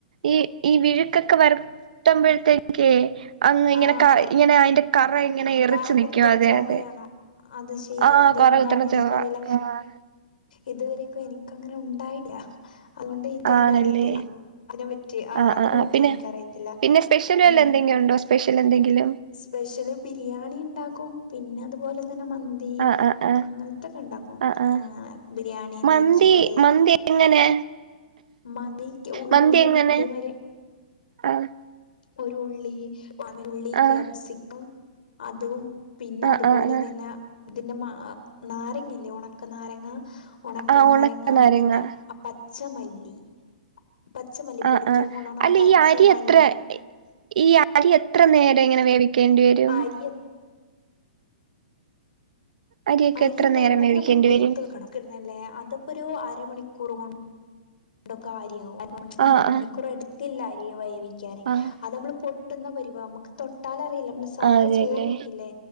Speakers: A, on the right; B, on the left.
A: ഈ ഈ വിഴുക്കൊക്കെ വരത്തുമ്പോഴത്തേക്കേ അങ് ഇങ്ങനെക്ക
B: ആഹ് ആഹ്
A: ഇങ്ങനെ അയിന്റെ കറ ഇങ്ങനെ എറിച്ച്
B: കറ കുത്തണ
A: നിക്കും അതെ
B: ചൊവ്വയാണോ
A: അതെ
B: അത് ശെരി
A: ആഹ്
B: അതെന്താന്ന്
A: കൊറ കുത്തണ
B: എനിക്കറിയില്ല
A: ചൊവ ആഹ്
B: ഇതുവരെക്കു എനിക്കങ്ങനെ ഉണ്ടായില്ല അതുകൊണ്ട് എനിക്ക് എന്താ
A: ആണല്ലേ
B: അറിയത്തില്ല അതിനെ പറ്റി ആ
A: ആഹ്
B: അതിനെ
A: ആഹ് ആഹ്
B: പറ്റി
A: പിന്നെ
B: എനിക്കറിയത്തില്ല
A: പിന്നെ സ്പെഷ്യല്
B: പിൻ
A: വല്ല എന്തെങ്കിലും ഉണ്ടോ സ്പെഷ്യൽ എന്തെങ്കിലും
B: സ്പെഷ്യല് ബിരിയാണി ഇണ്ടാ ക്കും പിന്നെ അതുപോലെ തന്നെ മന്തി
A: ആഹ് ആഹ് ആഹ്
B: അങ്ങനത്തക്കെ ഉണ്ടാക്കും
A: ആഹ് ആഹ്
B: ആ ബിരിയാണി
A: മന്തി
B: നെയ്ച്ചോറ്
A: മന്തി എങ്ങനെ?
B: മന്തിക്ക് ഉള്ളിയും
A: മന്തി എങ്ങനെ
B: ഇതേമാരി
A: ആഹ്
B: ഒരു ഉള്ളി ഉള്ളി
A: ആഹ്
B: ക്യാപ്സിക്കം അതും പിന്നെ
A: ആഹ്
B: അതുപോലെ
A: ആഹ് ആഹ്
B: തന്നെ ഇതിന്റെ മാ നാരങ്ങില്ലേ ഉണക്ക നാരങ്ങ ഉണക്കനാരങ്ങ
A: ആഹ് ഉണക്ക നാരങ്ങ
B: പിന്നെ അ പച്ചമല്ലി പച്ചമല്ലി
A: ആഹ്
B: പൊടിക്കാൻ
A: ആഹ്
B: കൊണ്ടാണ
A: അല്ല
B: ആ പച്ചമല്ലി
A: ഈ അരി എത്ര ഈ അരി എത്ര നേരം ഇങ്ങനെ വേവിക്കേണ്ടി വരും?
B: അരി
A: അരിയൊക്കെ
B: അരി
A: എത്ര
B: വെള്ളത്തിൽ
A: നേരം വേവിക്കേണ്ടി
B: നമ്മള് കുറത്ത്
A: വരും
B: വെക്കണം <unintelligible> ന്നല്ലേ അതപ്പൊരു അരമണിക്കൂർ കൊ അണ്ടൊക്കെ <unintelligible> മുക്കാ
A: ആഹ് ആഹ്
B: മണിക്കൂർ എടുത്തില്ല അരി വേവിക്കാന്
A: ആഹ്
B: അത് നമ്മള് പൊ ട്ടുന്ന പരിവ നമുക്ക് തൊട്ടാൽ അറിയില്ലെ നമ്മള് സാധ
A: ആഹ് അതെല്ലേ
B: ചോറ് വയ്ക്കില്ലേ